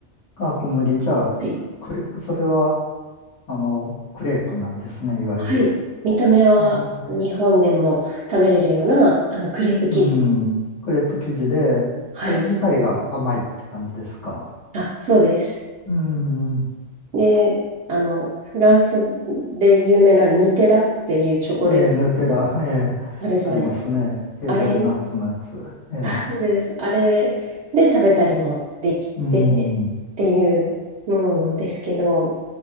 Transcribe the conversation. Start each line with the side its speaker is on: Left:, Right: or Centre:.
Left: あ小麦。じゃあ、
Right: はい。
Left: クレ、それは、あの、クレープなんですね、いわゆる。
Right: はい見た目は日本でも食べれるような、
Left: クレープ、はい。
Right: あの、クレープ生地。
Left: うん、クレープ生地で、
Right: はい。
Left: それ自体が甘いって感じですか。
Right: あ、そうです。
Left: うん。
Right: で、あの、フランスで有名なヌテラっていうチョコレート
Left: ええ、ヌテラ、ええ、
Right: あるじゃないですか。
Left: ありますね。ヘーゼルナッツのやつ。
Right: あれ、
Left: ええ、
Right: あ、そうです。あれで食べたりもできてっていうものなんですけど、
Left: うん、